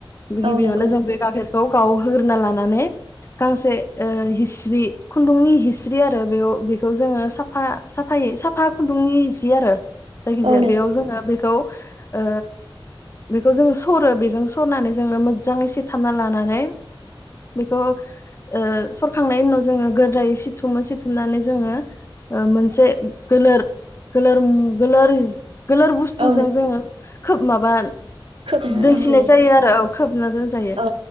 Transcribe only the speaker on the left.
गिबियावनो
जों बे गाखेरखौ आव होग्रोना लानानै गांसे ओ हिस्रि खुन्दुंनि हिस्रि आरो बेयाव बेखौ जोङो साफा साफायै साफा खुन्दुंनि जि आरो जायखिजाया
बेयाव जोङो बेखौ ओ बेखौ जों सरो बेजों सरनानै जोङो मोजाङै सेथामना लानानै बेखौ ओ सरखांनायनि ओ उनाव जोङो गोरायै सि थुमो सि थुमनानै जोङो ओ मोनसे गोलोर गोलोर मो गोलोर गोलोर बुस्थुजों
जोङो खोब माबा
दोनसिननाय
जायो आरो औ खोबना दोनजायो